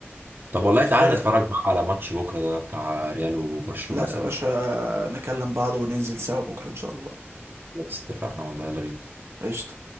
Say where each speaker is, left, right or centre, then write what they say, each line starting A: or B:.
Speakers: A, on the right (about 50°); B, on the right (about 75°).
A: طب والله
B: الفرق
A: تعالى نتفرج بقى على ماتش بكرة ده بتاع ريال وبرشلونة
B: لا
A: سوا
B: يا باشا نكلم بعض وننزل سوا بكرة إن شاء الله
A: بس اتفقنا والله يلا بينا
B: قشطة